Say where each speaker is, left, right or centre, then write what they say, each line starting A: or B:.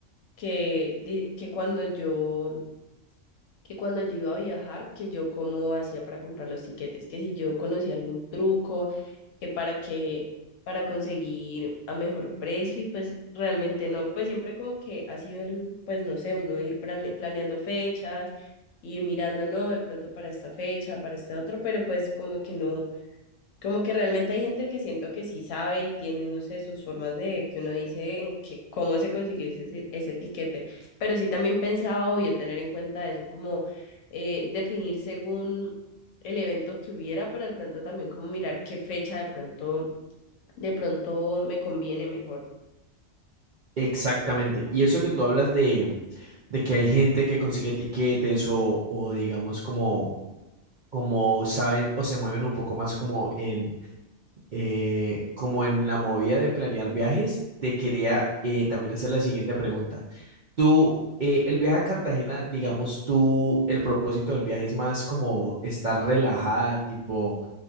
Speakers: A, on the left; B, on the right.
A: que, di- que cuando yo, que cuando yo iba a viajar, que yo cómo hacía para comprar los tiquetes, que si yo conocía algún truco, que para que, para conseguir a mejor precio, y pues realmente no, pues siempre como que ha sido el, pues no sé, uno ir plane- planeando fechas, ir mirando, no, de pronto para esta fecha, para este otro, pero pues como que no. Como que realmente hay gente que siento que sí sabe y tiene, no sé, sus formas de que uno dice en que, cómo se consiguió ese, ese etiquete. Pero sí también pensaba, obvio, tener en cuenta eso, como eh, definir según el evento que hubiera, pero de pronto también como mirar qué fecha de pronto, de pronto me conviene mejor.
B: Exactamente. Y eso que tú hablas de, de que hay gente que consigue tiquetes o, o digamos como como saben o se mueven un poco más como en, eh, como en la movida de planear viajes, te quería eh, también hacer la siguiente pregunta. Tú, eh, el viaje a Cartagena, digamos tú, el propósito del viaje es más como estar relajada, tipo